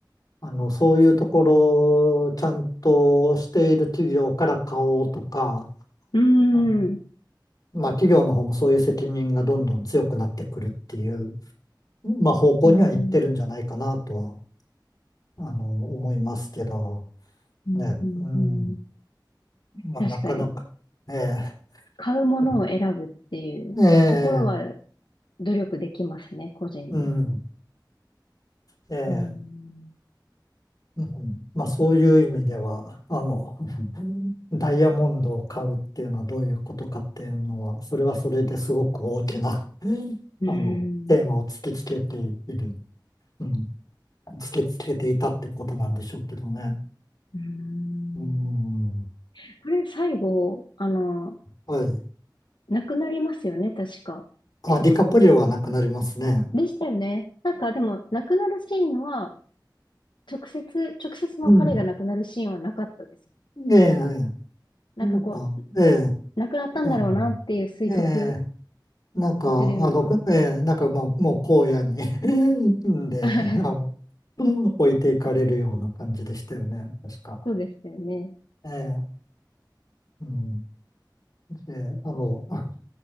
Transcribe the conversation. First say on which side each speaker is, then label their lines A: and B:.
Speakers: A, on the left; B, on the left.
A: あの、そういうところをちゃんとしている企業から買おうとか、
B: う
A: あ
B: ん。
A: まあ企業の方もそういう責任がどんどん強くなってくるっていう、まあ方向にはいってるんじゃないかなとは、
B: うんうん、
A: あの、思いますけど、
B: うん、
A: ね、
B: うん、
A: うん、
B: うん。
A: まあなかなか、
B: 確かに、
A: ええ、
B: 買うものを選ぶっていうところは
A: うんええ、
B: 努力できますね、個人で。
A: うん、ええ、
B: うん。
A: うんまあそういう意味では、あの、ダイヤモンドを買うっていうのはどういうことかっていうのは、それはそれですごく大きな、うんあの、
B: うん。
A: テーマを突きつけている、うん、突きつけていたってことなんでしょうけどね。
B: うん。
A: うん。
B: これ最後、あの、
A: はい。
B: なくなりますよね、確か。
A: あ、
B: えっと、
A: ディカプリオはなくなりますね。
B: でしたよね。なんかでも、なくなるシーンは、直接、直接の彼が亡くなるシーンはなかったですよね。
A: うん。ええ、
B: なんかこう、
A: なんか、ええ、
B: なくなったんだろうなっていう推測
A: うん。ええ、なんか、
B: させるような。
A: あの、ええ、なんかもう、もう荒野に <laughs> んで、
B: <laughs>
A: あの、置いていかれるような感じでしたよね、確か。
B: そうでしたよね。
A: ええうん。で、あの、<laughs> あ